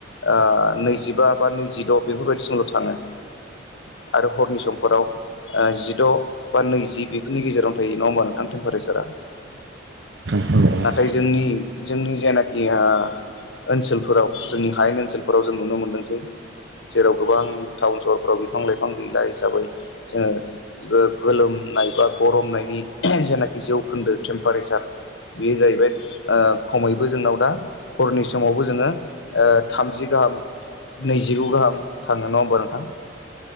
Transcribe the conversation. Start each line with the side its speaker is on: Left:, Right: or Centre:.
Left: ओ नैजिबा बा नैजिद' बेफोरबायदिसिमल' थाङो आरो हरनि सम फोराव जिद' बा नैजि बेफोरनि गेजेरावनो थायो नङा होमबा नोंथां टेम्पारेचारा
Right: नोंथां औ औ
Left: नाथाय जोंनि जोंनि जेनाखि हा ओनसोलफोराव जोंनि हायेन ओनसोलफोराव जों नुनो मोनदोंसै जेराव गोबां टाउन सहरफ्राव बिफां लाइफां गैला हिसाबै जोङो गोलोमनाय बा गरमनायनि जेनाखि जौखोन्दो टेम्पारेसार बे जाहैबाय खमैबो जोंनाव दा हरनि समावबो जोङो थामजि गाहाम नैजिगु गाहाम थाङो नङा होमबा नोंथां